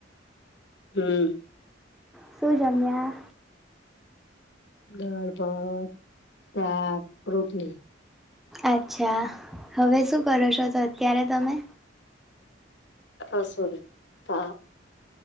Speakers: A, on the left (about 65°); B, in the centre.
A: <unintelligible>
B: શુ જમીયા?
A: દાળભાત સાક રોટલી.
B: અચ્છા હવે શું કરો છો તો અત્યારે તમે?
A: રસોઈ તા.